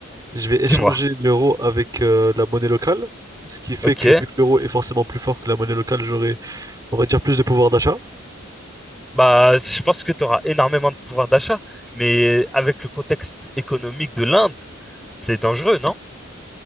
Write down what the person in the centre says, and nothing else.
Dis-moi.
Ok.
Bah, je pense que tu auras énormément de pouvoir d'achat, mais avec le contexte économique de l'Inde, c'est dangereux, non?